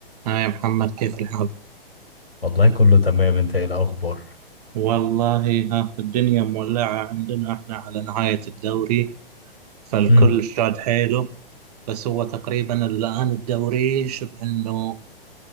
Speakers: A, on the right; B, on the left.
A: ها يا محمد كيف الحال؟
B: والله كله تمام انت ايه الاخبار
A: والله ها الدنيا مولعة عندنا احنا على نهاية الدوري فالكل
B: امم
A: شاد حيله بس هو تقريبا الآن الدوري شبه انه